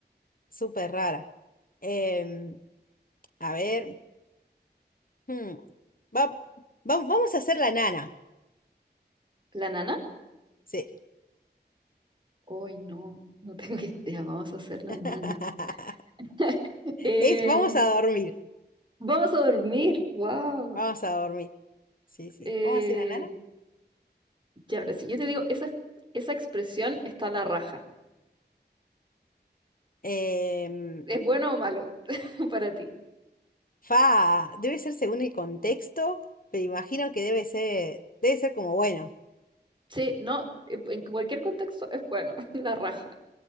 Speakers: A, on the left (about 55°); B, on the right (about 25°).
A: Súper rara. Em, A ver. hmm, va- va- vamos a hacer la nana.
B: ¿la nana?
A: Sí.
B: Hoy no, no tengo <laughs> idea. Vamos a hacer la
A: <laughs>
B: nana. <laughs> Eh,
A: Es, vamos a dormir.
B: Vamos a dormir. Wow.
A: Vamos a dormir. Sí, sí.
B: Eh,
A: Vamos a hacer la nana.
B: ya, mira, si yo te digo, esa, esa expresión está a la raja.
A: Em,
B: ¿Es bueno o malo <laughs> para ti?
A: fa, debe ser según el contexto, pero imagino que debe ser, debe ser como bueno.
B: Sí, no, eh, en cualquier contexto es bueno, <laughs> la raja.